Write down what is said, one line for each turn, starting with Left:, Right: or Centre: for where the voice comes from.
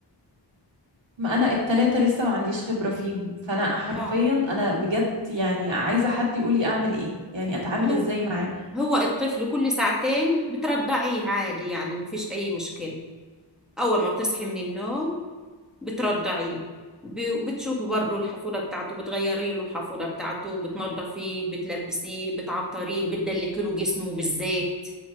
Right: ما انا التلاتة لسه ما عنديش خبرة فيهم فانا حرفيا
Centre: اه
Right: انا بجد يعني عايزة حد يقولي اعمل ايه يعني اتعامل
Centre: هو
Right: ازاي معاه
Centre: هو الطفل كل ساعتين بترضعيه عادي يعني ما فيش اي مشكله اول ما بتصحي من النوم بترضعيه ب- بتشوفي برضه الحفوضه بتاعته بتغيري له الحفوضه بتاعته بتنضفيه بتلبسيه بتعطريه بتدلكي له جسمه بالزيت